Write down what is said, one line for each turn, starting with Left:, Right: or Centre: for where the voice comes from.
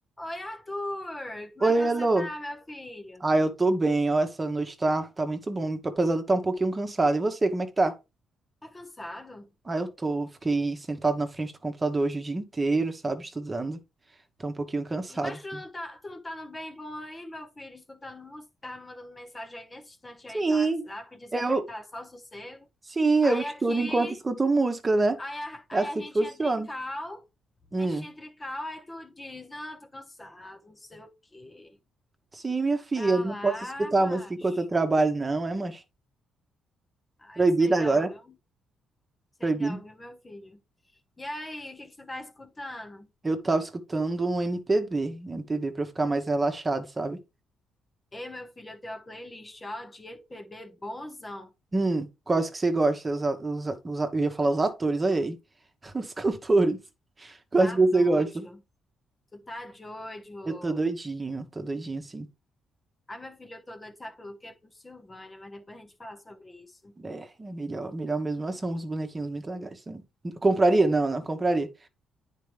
Left: Oi, Arthur! Como
Right: Oi,
Left: é que você
Right: Elo.
Left: tá, meu filho?
Right: Ah, eu tô bem, ó, essa noite tá, tá muito bom, apesar de eu estar um pouquinho cansado. E você, como é que tá?
Left: Tá cansado?
Right: Ah, eu tô, fiquei sentado na frente do computador hoje o dia inteiro, sabe, estudando. Tô um pouquinho cansado.
Left: Mas
Right: assim.
Left: tu não tá, tu não tá no bem bom aí, meu filho, escutando música, tá mandando mensagem aí nesse instante
Right: Sim,
Left: aí no WhatsApp, dizendo
Right: eu,
Left: que tá só sossego.
Right: sim,
Left: Aí
Right: eu estudo
Left: aqui,
Right: enquanto escuto música, né?
Left: aí a, aí
Right: É assim
Left: a gente
Right: que funciona.
Left: entra em cal,
Right: Hum,
Left: a gente entra em cal, aí tu diz, não, tô cansado, não sei o quê.
Right: sim, minha filha,
Left: Pra
Right: eu não
Left: lá,
Right: posso escutar
Left: macho.
Right: música enquanto eu trabalho, não, é, mancha?
Left: Ai,
Right: Proibido
Left: sei não,
Right: agora,
Left: viu? Sei
Right: proibido.
Left: não, viu, meu filho? E aí, o que que você tá escutando?
Right: Eu tava escutando um MPB, MPB pra eu ficar mais relaxado, sabe?
Left: Ei, meu filho, eu tenho uma playlist, ó, de EPB bonzão.
Right: Hum, quais que você gosta? Os, a- os a- os a- eu ia falar os atores, olha aí. <laughs> Os cantores. Quais
Left: Tá
Right: que
Left: doido.
Right: você gosta?
Left: Tu tá doido.
Right: Eu tô doidinho, tô doidinho, sim.
Left: Ai, meu filho, eu tô doido, sabe pelo quê? Pro Silvânia, mas depois a gente fala sobre isso.
Right: É, é melhor, melhor mesmo. Mas são uns bonequinhos muito legais. São... Compraria? Não, não compraria.